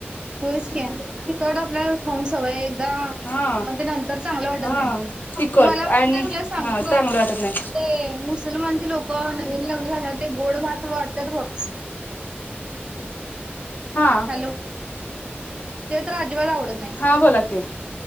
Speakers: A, on the right (about 20°); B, on the left (about 50°).
A: होयच क्या तिकडं आपल्या खाऊन सवय <unintelligible> त
B: हा
A: मं तें नंतर चांगल वाटत
B: हा
A: नाय.
B: तिखट
A: मला पण
B: आणि
A: तें सांगू
B: हा
A: काय
B: चांगलं वाटत नाही
A: तें मुसलमान् तें लोक नवीन लग्नझाल्यावर ते गोड भात वाटतात बघ
B: हा
A: हॅलो, ते तर <unintelligible> आवडत नाही.
B: हा बोला की